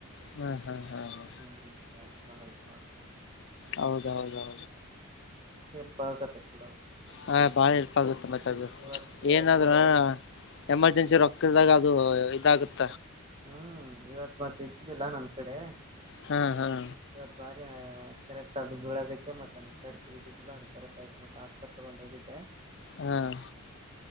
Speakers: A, on the left; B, on the right.
A: ಹ್ಮ ಹ್ಮ ಹ್ಮ ಹ
B: ಹ್ಮ್ <inaudible>
A: ಹೌದೌದೌದು
B: ಸ್ಗ ಕೂಡ
A: ಹ ಬಾಳ ಇಲ್ಪ ಆಗುತ್ತೆ ಮತ್ತೆ ಅದು
B: ಇವತ್ ಇವತ್ತು
A: ಏನಾದ್ ಎಮರ್ಜೆನ್ಸಿ ರೊಕ್ಕದಾಗ ಅದು ಇದಾಗುತ್ತೆ
B: ಹ್ಮ್ ಇವತ್ ಮತ್ತೆ ಇದ್ದಿಲ್ಲ ನನ್ ಕಡೆ
A: ಹಾಂ ಹಾಂ
B: ಇತ್ ಬಾರ ಕರೆಕ್ಟ್ ಅದು ಬಳೋದಕ್ಕೆ ಮತ್ತ ಕರ್ ತಗ್ದಿದ್ದಿಲ್ಲ ಅದು ಕರೆಕ್ಟ್ ಆಯತು ಮತ್ತ ಹಾಸ್ಪಿಟಲ್ ಬಂದ ಹೋಗಿದ್ದೆ
A: ಹ್ಮ್